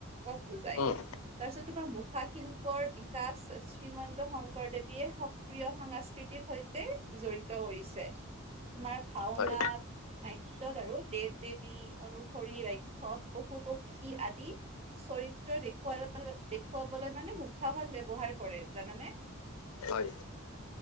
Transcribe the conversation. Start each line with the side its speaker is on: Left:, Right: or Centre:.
Right: ক বুজায়।
Left: উম
Right: তাৰপিছত তোমাৰ মুখাশিল্পৰ বিকাশ চি শ্ৰীমন্ত শংকৰদেৱীয়ে সক্ৰিয় সাংস- কৃতিৰ সৈতে জড়িত কৰিছে। তোমাৰ ভাওনা
Left: হয়
Right: নাট্যত আৰু দেৱ-দেৱী অনুসৰি ৰাক্ষস, পশু-পক্ষী আদি চৰিত্ৰ দেখুওৱা দেখুৱাবলৈ মানে মুখাখন ব্যৱহাৰ কৰে জানেনে?
Left: হয়।